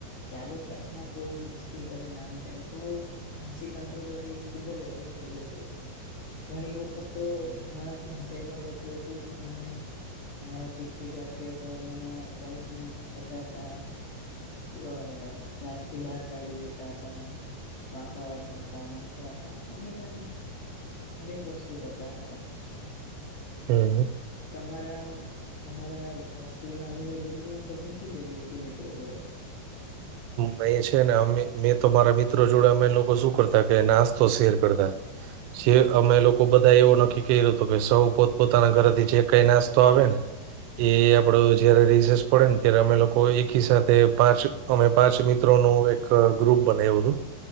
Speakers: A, on the left; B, on the right.
A: ચાલુ ક્લાસમાં કોઈ મસ્તી કરે ને આમ તેમ તો હસી કંટ્રોલ કરવી એ ખુબ જ અઘરું પડી જતું હતું ઘણી વખત તો મારાથી હસાઈ પણ જતું હતું તો મને મારા શિક્ષિકા કે સર મને પનિશમેન્ટ પણ કરતા હતા અ ક્લાસ થી બહાર કાઢી દેતા હતા વાકા વાડતા હતા મારતા હતા અને કેમ અનેક વસ્તુ કરતા હતા
B: હમ
A: તમારા તમારા સ્કૂલ ના અનુભવ દરમિયાન તમે શું કર્યું હતું મિત્રો જોડે
B: મે છે ને અમે મેં તો મારા મિત્રો જોડે અમે લોકો શું કરતા કે નાસ્તો શેર કરતા જે અમે લોકો બધા એવો નક્કી કર્યું હત કે સૌ પોત પોતાના ઘરેથી જે કઈ નાસ્તો આવે ને એ આપડો જયારે રિસસ પડે ને ત્યારે અમે લોકો એકી સાથે પાંચ અમે પાંચ મિત્રો નું એક ગ્રુપ બનાવ્યું હતું